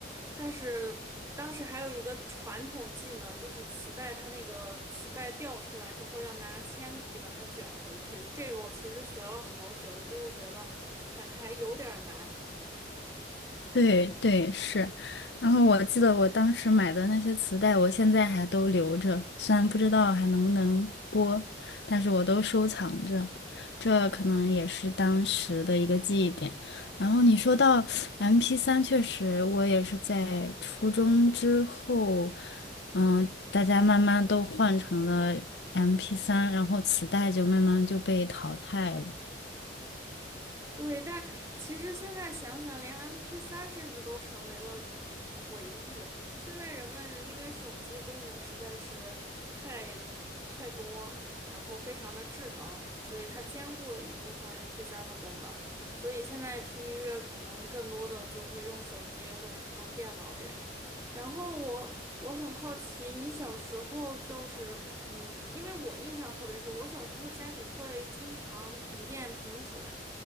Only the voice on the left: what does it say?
对对是，然后我记得我当时买的那些磁带，我现在还都留着，虽然不知道还能不能播，但是我都收藏着，这可能也是当时的一个记忆点。然后你说到 m p 三，确实我也是在初中之后，嗯、大家慢慢都换成了 m p 三，然后磁带就慢慢就被淘汰了。